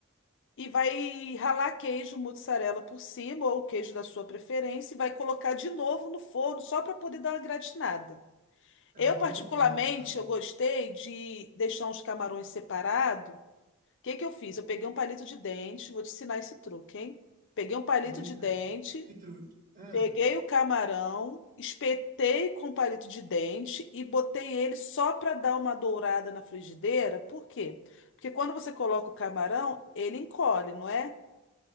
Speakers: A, on the left (about 60°); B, on the right (about 40°).
A: e vai ralar queijo mozzarella por cima, ou queijo da sua preferência, e vai colocar de novo no forno só para poder dar uma gratinada.
B: Ela
A: Eu,
B: volta
A: particularmente,
B: pro forno, tá?
A: eu gostei de deixar uns camarões separados. O que que eu fiz? Eu peguei um palito de dente, vou te ensinar esse truque, hein? Peguei um palito
B: Eita,
A: de dente
B: tem truque. Ah,
A: Peguei o camarão, espetei com palito de dente e botei ele só para dar uma dourada na frigideira. Por quê? Porque quando você coloca o camarão, ele encolhe, não é?